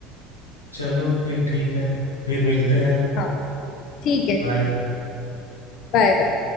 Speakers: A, on the left; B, on the left.
A: चलो फिर ठीक है फिर मिलते हैं
B: हाँ ठीक है
A: बाय
B: ठीक है बाय बाय